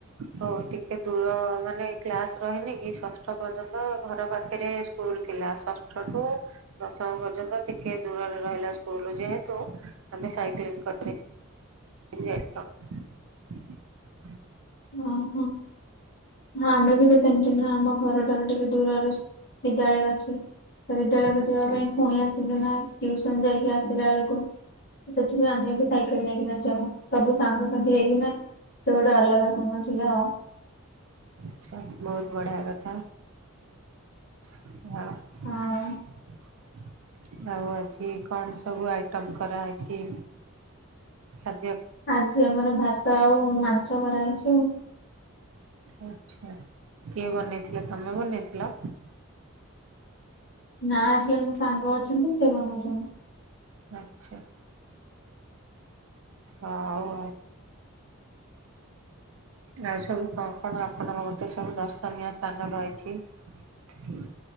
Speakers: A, on the right (about 65°); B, on the left (about 45°).
A: ହଉଟିକେ ଦୂର ମାନେ କ୍ଲାସ ରହିନି କି ଷଷ୍ଠ ପର୍ଯ୍ୟନ୍ତ ଘର ପାଖରେ ସ୍କୁଲ ଥିଲା। ଷଷ୍ ଷ୍ଠ ଟୁ ଦଶମ ପର୍ଯ୍ୟନ୍ତ ଟିକିଏ ଦୂରରେ ରହିଲା ସ୍କୁଲ ଯେହେତୁ ଆମେ ସାଇକେଲିଂ ସେଠିକି ଯାଇଥିଲ।
B: ଓହୋ ହଁ ଆମେ ବି ତ ସେମିତି ନା ଆମ ଘରଠାରୁ ଟିକେ ଦୂରରେ ବିଦ୍ୟାଳୟ ଅଛି ସେ ବିଦ୍ୟାଳୟକୁୁ
A: ଆଚ୍ଛା
B: ଯିବା ପାଇଁ ପୁଣି ଆସିକିନା ଟିଉସନ ଯାଇକି ଆସିଲା ବେଳକୁ କ ସେଥିପାଇଁ ଆମେ ବି ସାଇକେଲ ନେଇକିନା ଯାଉ ସବୁ ସାଙ୍ଗସାଥି ହେଇକିନା ସେ ଗୋଟା ଅଲଗା ସମୟ ଥିଲା ଆଉ।
A: ଆଛା ବହୁତ ବଢିଆ କଥା। ହଁ ଆଉ।
B: ହଁ
A: ଆଉ ଆଜି କଣ ସବୁ ଆଇଟମ କରାହେଇଛି ଖା
B: ଆଜି ଆମର ଭାତ ଆଉ ମାଂସ ତରକାରି କରାହେଇଛି ଆଉ।
A: ଆଛା କିଏ ବନେଇଥିଲା ତମେ ବନେଇଥିଲ?
B: ନା ଏଠି ଜଣେ ମୋ ସାଙ୍ଗ ଅଛନ୍ତି ସେ ବନଉଛନ୍ତି।
A: ଆଛା ହଉ ଆଉ।
B: ?
A: ଆଉ ସବୁ କଣ କଣ ଆପଣଙ୍କର ଗୋଟେ ସବୁ ଦର୍ଶନୀୟ ସ୍ଥାନ ରହିଛି?